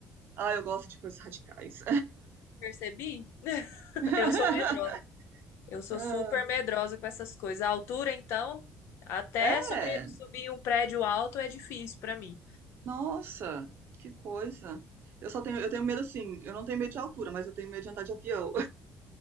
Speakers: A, on the right (about 55°); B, on the left (about 75°).
A: ah, eu gosto de coisas radicais.
B: Percebi?
A: <laughs>
B: Eu sou medrosa. Eu sou
A: Ah,
B: super medrosa com essas coisas. A altura, então, até
A: É,
B: sobre- subir um prédio alto é difícil pra mim.
A: nossa, que coisa. Eu só tenho, eu tenho medo assim, eu não tenho medo de altura, mas eu tenho medo de andar de avião.